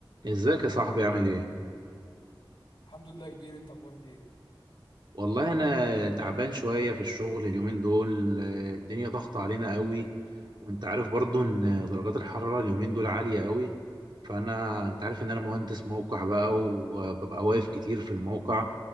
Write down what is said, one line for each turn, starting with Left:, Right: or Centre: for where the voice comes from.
Right: ازيك يا صاحبي عامل ايه؟
Left: الحمد لله يا كبير انت اخبارك ايه
Right: والله انا تعبان شوية في الشغل اليومين دول آه، الدنيا ضغط علينا قوي وانت عارف برضو ان درجات الحرارة اليومين دول عالية قوي فانا انت عارف ان انا مهندس موقع بقى وببقى واقف كتير في الموقع